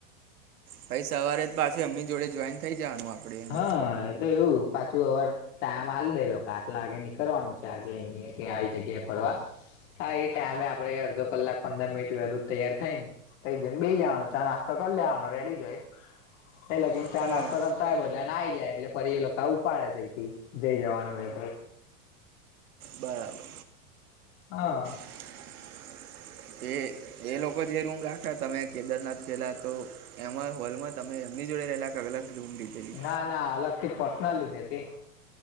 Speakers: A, on the right (about 80°); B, on the left (about 55°).
A: ભાઈ સવારે જ પાછી એમની જોડે જોઈન થઈ જવાનું આપડે એમ
B: હા એ તો એવું પાછું અવાર ટાઈમ આલી દે લોકો આટલા આગે નીકળવાનું છે આજે અહીંયા આવી જગ્યાએ ફરવા હા એ ટાઈમે આપડે અડધો કલાક પંદર મિનિટ વહેલું તૈયાર થાઈને તઈ બેસી જવાનું ચા નાસ્તો કરી લેવાનો રેડી જોઈ તઈ લગીને ચા
A: હા
B: નાસ્તો કર બધાને આઈ જાય એટલે ફરી એ લોકો ઉપાડે તઈથી જઈ જવાનું એ
A: બરાબર
B: હા.
A: <inaudible> એ લોકો જે રૂમ રાખ્યા અમે કેદારનાથ ગયેલા તો એમાં હોલમાં તમે એમની જોડે રહેલા અલગ રૂમ લીધેલી?
B: ના ના અલગથી પર્સનલ લીધી હતી.